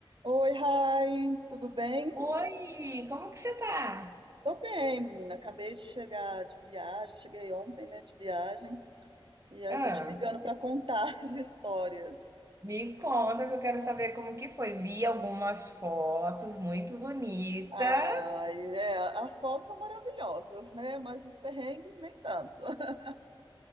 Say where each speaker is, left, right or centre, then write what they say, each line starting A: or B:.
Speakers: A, on the right; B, on the right.
A: Oi, Rai, tudo bem?
B: Oi, como que você tá?
A: Tô bem, menina. Acabei de chegar de viagem, cheguei ontem, né, de viagem, e aí
B: Ah,
A: eu tô te ligando pra contar <laughs> as histórias.
B: me conta que eu quero saber como que foi. Vi algumas fotos muito bonitas.
A: Ai, é, as fotos são maravilhosas, né? Mas os perrengues nem tanto. <laughs>